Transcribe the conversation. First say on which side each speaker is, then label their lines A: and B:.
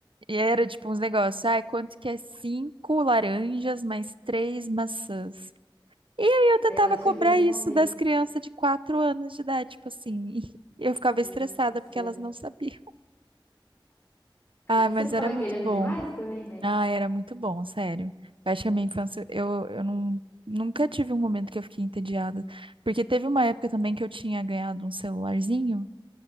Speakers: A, on the right; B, on the left.
A: E era tipo uns negócios, ai, quanto que é cinco laranjas mais três maçãs? E aí eu tentava
B: Aí elas
A: cobrar
B: tinham que responder.
A: isso das crianças de quatro anos de idade, tipo assim. <laughs>
B: Meu
A: e eu ficava
B: Deus
A: estressada
B: do céu.
A: porque elas não sabiam.
B: <laughs>
A: Ah,
B: Você
A: mas
B: tava
A: era muito
B: querendo
A: bom.
B: demais também, né?
A: Ah, era muito bom, sério. Eu acho que a minha infância, eu, eu não, nunca tive um momento que eu fiquei entediada. Porque teve uma época também que eu tinha ganhado um celularzinho.